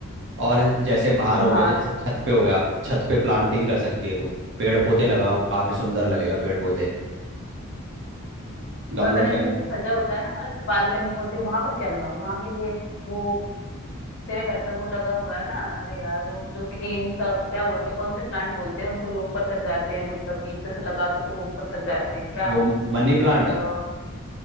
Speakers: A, on the right (about 55°); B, on the left (about 55°).
A: और जैसे बाहर हो
B: हाँ
A: गया जैसे छत पे हो गया छत पे प्लांटिंग कर सकती है तू पेड़ पौधे लगाओ काफ़ी सुंदर लगेगा पेड़ पौधे गमलों
B: और मैंने
A: के अंदर
B: जैसे छज्जा होता है ना हमारे जो बालकनी होती है वहां पर क्या लगाऊं वहां के लिए वो तेरे घर पे वो लगा हुआ है ना अरे यार वो जो ग्रीन सा क्या बोलते हैं कौन से प्लांट बोलते हैं उनको जो ऊपर तक जाते हैं मतलब नीचे से लगा दो तो वो ऊपर तक जाते हैं क्या
A: वो मनी प्लांट
B: आ,